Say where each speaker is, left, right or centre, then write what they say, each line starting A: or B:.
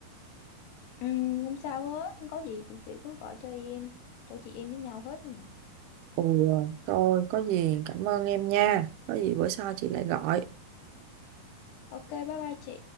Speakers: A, on the left (about 80°); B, on the right (about 80°).
A: ừ, không sao hết không có gì chị, chị cứ gọi cho em tụi chị em với nhau hết mà
B: Ừ, thôi có gì cảm ơn em nha. Có gì bữa sau chị lại gọi.
A: ok bye bye chị